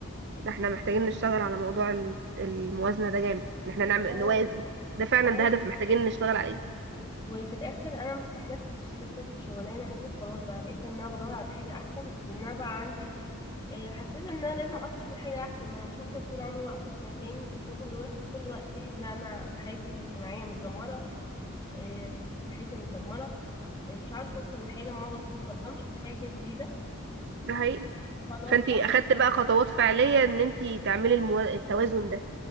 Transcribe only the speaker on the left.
اه
اه
وفي الآخر أنا ما استحملتش سبت الشغلانة دي وخلاص بقى بقيت إن أنا بدور على حاجة أحسن لأن أنا بقى عندي آه، حسيت إن أنا لازم أطمح لحاجة أحسن ما أنا مش هفضل طول عمري واقفة في مكاني في شغل واخد كل وقتي اللي أنا حياتي الاجتماعية متدمرة آه، صحتي متدمرة آه، مش عارفة أوصل لحاجة ما بتقدمش في حاجة جديدة
خلاص
بقى
حسيت